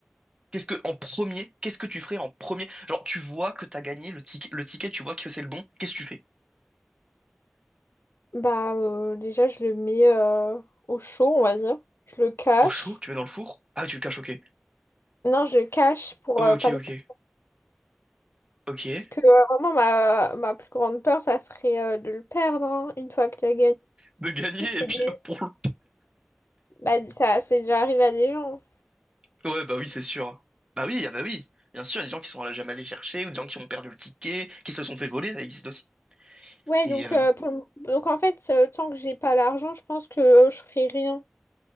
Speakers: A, on the right; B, on the left.
A: qu'est-ce que en premier, qu'est-ce que tu ferais en premier? Genre, tu vois que t'as gagné le ticket, le ticket, tu vois que c'est le bon. Qu'est-ce que tu fais?
B: Bah, euh, déjà, je le mets euh, au chaud, on va dire. Je le cache.
A: Au chaud, tu mets dans le four? Ah, tu le caches, ok.
B: Non, je le cache pour
A: Ok,
B: euh, pas le
A: ok,
B: perdre.
A: ok.
B: Parce que euh, vraiment, ma, ma plus grande peur, ça serait euh, de le perdre hein, une fois que tu as gagné.
A: De gagner
B: C'est
A: et puis
B: des
A: hop, pour le
B: Bah, ça, c'est déjà arrivé à des gens.
A: <laughs> Ouais, bah oui, c'est sûr. Bah oui, ah bah oui. Bien sûr, il y a des gens qui sont jamais allés chercher, ou des gens qui ont perdu le ticket, qui se sont fait voler, ça existe aussi.
B: Ouais,
A: Et
B: donc,
A: euh,
B: euh, pour le- donc en fait, euh, tant que j'ai pas l'argent, je pense que euh, je ferai rien.